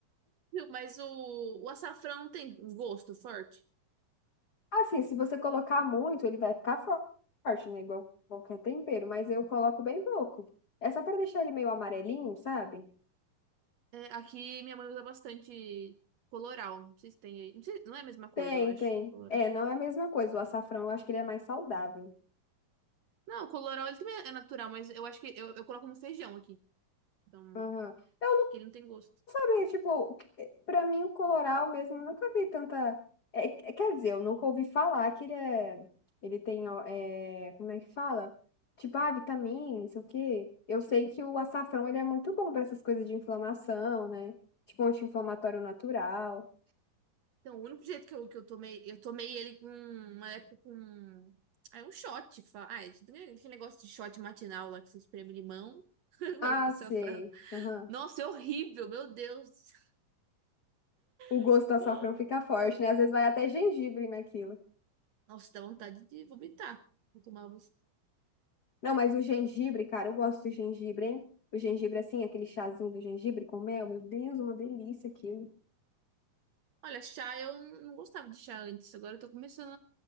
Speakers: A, on the right; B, on the left.
A: Mas o, o açafrão tem um gosto forte.
B: Assim, se você colocar muito, ele vai ficar fo- forte, né? Igual qualquer tempero, mas eu coloco bem pouco. É só para deixar ele meio amarelinho, sabe?
A: É, aqui minha mãe usa bastante coloral. Não sei se tem aí. Não sei- não é a mesma coisa,
B: Tem,
A: eu acho.
B: tem.
A: Coloral.
B: É, não é a mesma coisa. O açafrão, eu acho que ele é mais saudável.
A: Não, coloral ele também é natural, mas eu acho que eu, eu coloco no feijão aqui. Então,
B: Aham. Eu
A: que ele não tem gosto.
B: Sabe, tipo, o pra mim o coloral mesmo, eu nunca vi tanta. É, é, quer dizer, eu nunca ouvi falar que ele é. Ele tem, ó, é, como é que fala? Tipo, ah, vitamina, não sei o quê. Eu sei que o açafrão ele é muito bom pra essas coisas de inflamação, né? Tipo, anti-inflamatório natural.
A: Então, o único jeito que eu, que eu tomei, eu tomei ele com uma época com. Ah, é um shot. Fa... Ah, é, tem aquele negócio de shot matinal lá que você espreme limão, <laughs> coloca
B: Ah,
A: açafrão.
B: sei. Aham.
A: Nossa, é horrível, meu Deus.
B: O
A: <laughs>
B: gosto do açafrão fica forte, né? Às vezes vai até gengibre naquilo.
A: Nossa, dá vontade de vomitar. Vou tomar
B: Não, mas o gengibre, cara, eu gosto do gengibre, hein? O gengibre, assim, aquele chazinho do gengibre com mel, meu Deus, uma delícia aquilo.
A: Olha, chá eu não não gostava de chá antes. Agora eu tô começando